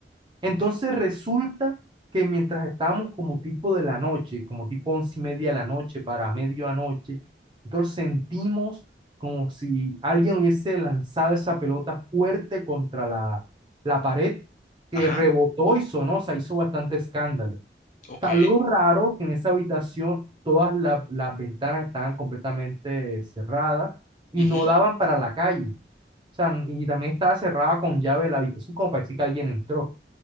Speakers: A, on the right; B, on the left.
A: Entonces resulta que mientras estábamos como tipo de la noche, como tipo once y media de la noche para medianoche, nosotros sentimos como si alguien hubiese lanzado esa pelota fuerte contra la, la pared que
B: Ajá,
A: rebotó y sonó, o sea, hizo bastante escándalo. O
B: ok.
A: sea, lo raro que en esa habitación todas la- las ventanas estaban completamente cerradas y
B: Ujú.
A: no daban para la calle. O sea, y también estaba cerrada con llave la habitación como para decir que alguien entró